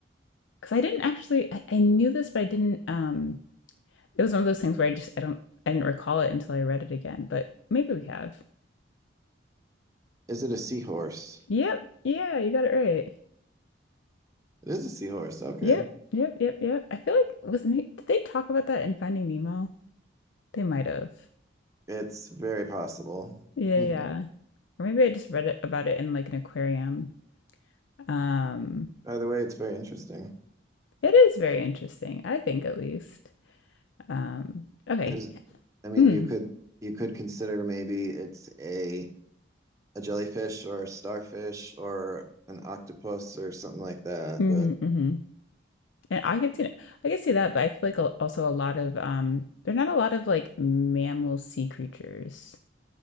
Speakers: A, on the left (about 75°); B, on the right (about 15°).
A: Because I didn't actually, I, I knew this, but I didn't. Um, it was one of those things where I just, I don't, I didn't recall it until I read it again. But maybe we have.
B: Is it a seahorse?
A: Yep. Yeah, you got it right.
B: It is a seahorse. Okay.
A: Yep. Yep. Yep. Yep. I feel like was may- did they talk about that in Finding Nemo? They might have.
B: It's very possible.
A: Yeah.
B: Mhm.
A: Yeah. Or maybe I just read it about it in like an aquarium. Um,
B: Either way, it's very interesting
A: it is very interesting. I think at least. Um, okay.
B: because I mean,
A: Mm.
B: you could you could consider maybe it's a a jellyfish or a starfish or an octopus or something like that.
A: Mm-hmm.
B: But
A: mm-hmm. And I could see that. I could see that, but I feel like al- also a lot of um there are not a lot of like mammal sea creatures